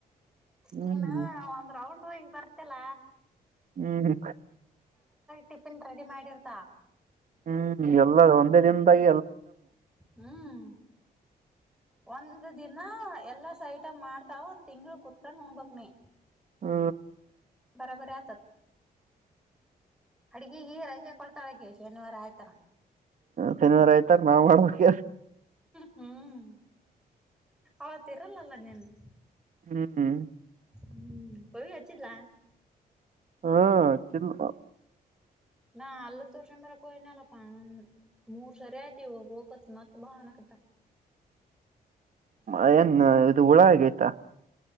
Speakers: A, on the right; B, in the centre.
A: ಹ್ಮ್
B: ನೀನು ಒಂದ್ ರೌಂಡ್ ಈಗ ಬರ್ತಿಲ್ಲ
A: ಹ್ಮ್
B: ಟಿಫಿನ್ ರೆಡಿ ಮಾಡಿರ್ತಾ
A: ಹ್ಮ್ ಎಲ್ಲ ಒಂದೇ ದಿನದಾಗ
B: ಹ್ಮ್ ಒಂದ್ ದಿನ ಎಲ್ಲಾ ಐಟಂ ಮಾಡ್ತಾಳ ಒಂದ ತಿಂಗಳ ಕುೂತ್ಕೊಂಡ್ ಉಣ್ಣಬೇಕು ನೀ
A: ಹ್ಮ
B: ಬರಬರಿ ಆತತ್ ಅಡ್ಗೆಗೆ ರಜೆ ಕೊಡ್ತಾಳೆ ಹಾಕಿ ಶನಿವಾರ ಆಯ್ತಾರ
A: ಶನಿವಾರ ಆಯ್ತಾರ ನಾವ್ ಮಾಡಬೇಕಾ
B: ಹ್ಮ ಹ್ಮ್ ಅವತ್ ಇರಲ್ಲಲ್ಲ ನಿಂದು
A: ಹ್ಮ್
B: ಹ್ಮ್ ಪವಿ ಹಚ್ಚಿದ್ಲಾ
A: ಹು ಹಚ್ಚಿದ್ಲಾಪ್ಪ
B: ನಾ ಹಲ್ಲು ತೋರಿಸ್ಕೊಂಡು ಬರಕೆ ಹೋಗಿದ್ನಲಪ್ಪ ಮೂರ್ ಸರಿ ಆಯ್ತು ಈವಾಗ ಹೋಗಬೇಕು ಮತ್ ಬಾ ಹಾನ್ನಾಕತರ
A: ಏನ್ ಇದು ಹುಳ ಆಗೈತ